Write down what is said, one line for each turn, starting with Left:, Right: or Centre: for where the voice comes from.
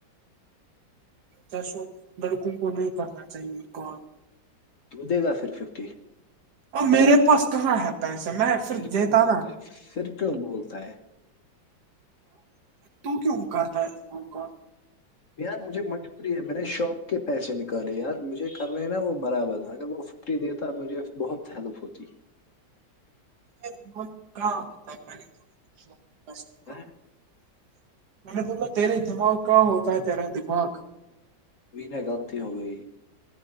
Right: جسو لڑکوں کو نہیں کرنا چاہیے اور
Left: تو دے گا پھر ففٹی
Right: میرے پاس کہاں ہےتا ایسے میں
Left: پھر
Right: دیتا
Left: کیوں بولتا
Right: نا
Left: ہے پھر کیوں بولتا ہے
Right: تو کیوں کرتا ہے کون کون
Left: یار مجھے مجبوری ہے میں نے شاپ کے پیسے نکالے یار مجھے کر رہے ہیں نا وہ برابر ہے اگر وہ چری دیتا مجھے بہت ہیلپ ہوتی
Right: تا
Left: وہی
Right: میں نے بوولنا تیرے دماغ کا ہوتا ہے تیرا دماغ
Left: بھی غلطی ہو گئی